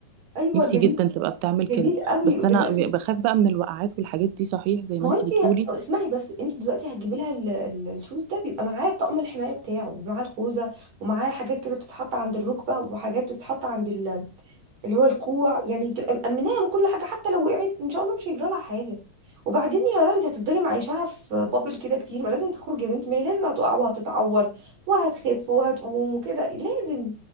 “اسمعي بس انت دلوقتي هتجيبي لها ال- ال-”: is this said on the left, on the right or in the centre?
Right